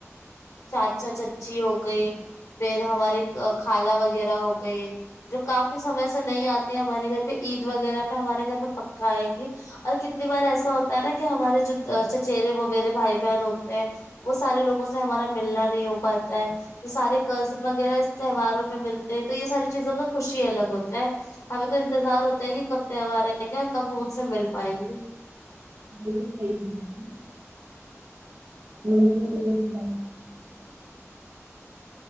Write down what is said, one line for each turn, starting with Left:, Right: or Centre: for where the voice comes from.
Left: چاچا چچی ہو گئے پھر ہماری خالہ وغیرہ ہو گئی جو کافی سمے سے نہیں آتے ہمارے گھر پہ عید وغیرہ پہ ہمارے گھر پے پکا آئینگے اور کتنی بار ایسا ہوتا ہے نا کہ ہمارے جو چچرے ممیرے بھائی بہن ہوتے ہیں وہ سارے لوگوں سے ہمارا ملنا نہیں ہو پاتا ہے تو سارے کذن وغیرہ اس تہواروں میں ملتے ہیں تو یہ ساری چیزوں کا خوشی الگ ہوتا ہے ہمیں تو انتظار ہوتا ہے کہ کب تہوار آئیں گے اور کب ہم انسے سے مل پائیں گے
Right: بلکل صحیح کہا
Left: <inaudible>
Right: <unintelligible> تہواروں